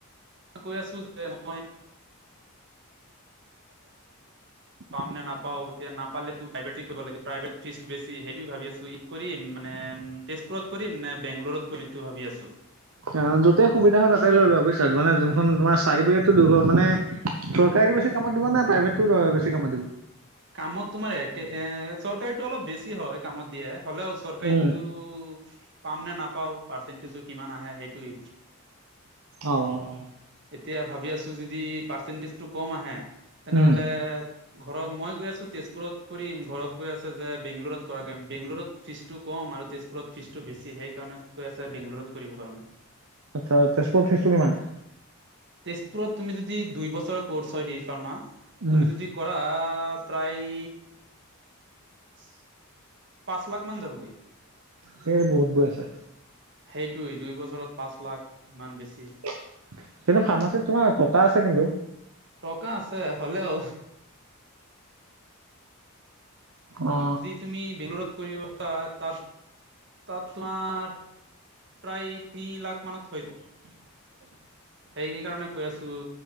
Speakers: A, on the right; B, on the right.
A: কৈ আছো যে মই
B: <unintelligible>
A: পাম নে নাপাওঁ এতিয়া নাপালে তো প্ৰাইভেট কৰিব লাগে, প্ৰাইভেট ফিজ বেছি। সেইটোয়ে ভাবি আছোঁ। কৰিম মানে তেজপুৰত কৰিম নে বেংগলৰত কৰিম এইটো ভাবি আছোঁ।
B: অ যতেই সুবিধা হয়, তাতে লৈ লোৱা বুজিছা, মানে যোনখন তোমাৰ চাৰ্টিফিকেটটো দুইখন মানে চৰকাৰীটো বেছি কামত দিব নে প্ৰাইভেতটো বেছি কামত দিব?
A: কামত তোমাৰ এক এ চৰকাৰীটো অলপ বেছি হয়, কামত দিয়ে, হলেও চৰকাৰীটো
B: উম
A: পাম নে নাপাওঁ পাৰ্চেন্টেজটো কিমান আহে, সেইটোৱেই।
B: অহ
A: এতিয়া ভাবি আছো যদি পাৰ্চেন্টিজটো কম আহে, তেনেহলে
B: উম
A: ঘৰৰ মই গৈ আছোঁ তেজপুৰত কৰিম, ঘৰত কৈ আছে যে বেংগলোৰত কৰা গৈ, বেংগলোৰত ফীজটো কম আৰু তেজপুৰত ফিজটো বেছি সেইকাৰণে কৈ আছে বেংগলৰত কৰিব কাৰণে।
B: আচ্ছা তেজপুৰৰ ফিজটো কিমান?
A: তেজপুৰত তুমি যদি দুই বছৰৰ কৰ্চ হয় ডি ফাৰ্মা
B: উম
A: তুমি যদি কৰা প্ৰায় <unintelligible> পাঁচ লাখ মান যাবগৈ।
B: সেই বহুত গৈ আছে।
A: সেইটোৱেই দুই বছৰত পাঁচ লাখ। ইমান বেছি
B: কিন্তু ফাৰ্মাচীত তোমাৰ টকা আছে কিন্তু
A: টকা আছে হলেও
B: অ।
A: যদি তুমি বেংগলোৰত কৰিব পাৰা তাত তাত তোমাৰ প্ৰায় তিনি লাখ মানত হইব।
B: <inaudible>
A: সেইকাৰণে কৈ আছিলোঁ,